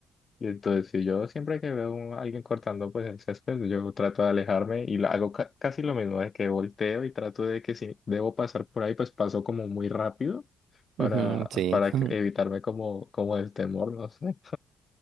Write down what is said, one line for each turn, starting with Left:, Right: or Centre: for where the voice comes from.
Left: Y entonces si yo siempre que veo a alguien cortando pues el césped, yo trato de alejarme y la- hago ca- casi lo mismo de que volteo y trato de que si debo pasar por ahí, pues paso como muy rápido para,
Right: Ujú, sí.
Left: para
Right: <laughs>
Left: que- evitarme como, como el temor, no sé.